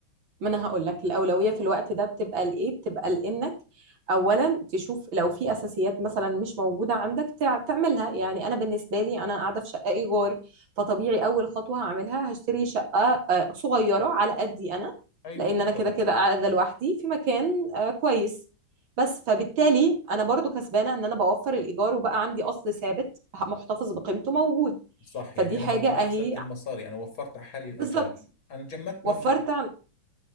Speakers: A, on the right; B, on the left.
A: ما انا هقول لك الاولويه في الوقت ده بتبقى لايه بتبقى لانك اولا تشوف لو في اساسيات مثلا مش موجوده عندك تع- تعملها يعني انا بالنسبه لي انا قاعده في شقه ايجار فطبيعي اول خطوه هعملها هشتري شقه آه، صغيره على قدي انا
B: ايوه
A: لان
B: بالضبط
A: انا كده كده قاعده لوحدي في مكان آه، كويس بس فبالتالي انا برضو كسبانه ان انا بوفر الايجار وبقى عندي اصل ثابت محتفظ بقيمته موجود
B: صح
A: فدي
B: يعني انا
A: حاجه
B: برضو
A: اهي
B: ما خسرت المصاري انا وفرت على حالي الاجار
A: بالظبط
B: انا جمدت
A: وفرت
B: مبلغي